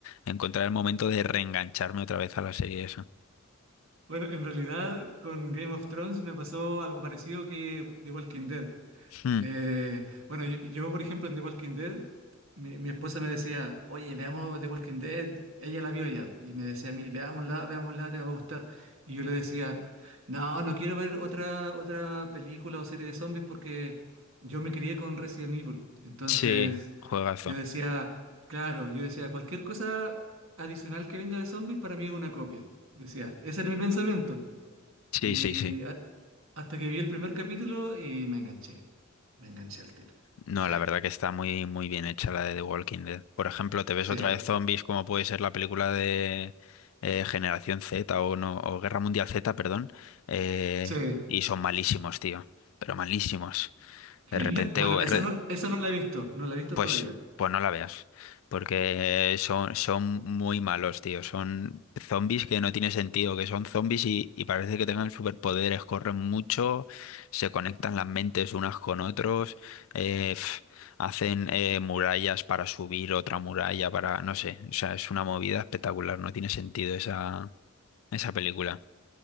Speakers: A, on the left; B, on the right.
A: encontrar el momento de reengancharme otra vez a la serie esa.
B: Bueno, en realidad con Game of Thrones me pasó algo parecido que The Walking Dead.
A: Hmm,
B: Eh, bueno, yo, yo, por ejemplo, en The Walking Dead, mi, mi esposa me decía, oye, veamos The Walking Dead, ella la vio ya, y me decía a mí, veámosla, veámosla, te va a gustar. Y yo le decía, no, no quiero ver otra, otra película o serie de zombies porque yo me crié con Resident Evil. Entonces,
A: sí, juegazo.
B: yo decía, claro, yo decía, cualquier cosa adicional que venga de zombies para mí es una copia. Decía, ese era mi pensamiento.
A: Sí,
B: Y
A: sí, sí.
B: ah, hasta que vi el primer capítulo y me enganché. Me enganché al tiro.
A: No,
B: Sí,
A: la verdad que está muy, muy bien hecha la de The Walking Dead. Por ejemplo, te ves
B: sí,
A: otra vez zombies, como puede ser la película de eh, Generación Z o no, o Guerra Mundial Z, perdón, eh,
B: sí.
A: y son malísimos, tío, pero malísimos.
B: Sí.
A: De repente,
B: <laughs> Bueno,
A: o-
B: esa
A: re-
B: no, esa no la he visto, no la he visto
A: pues,
B: todavía.
A: pues no la veas, porque son, son muy malos, tío. Son zombies que no tiene sentido, que son zombies y, y parece que tengan superpoderes, corren mucho, se conectan las mentes unas con otros, eh, pf, hacen eh, murallas para subir otra muralla para, no sé, o sea, es una movida espectacular, no tiene sentido esa, esa película.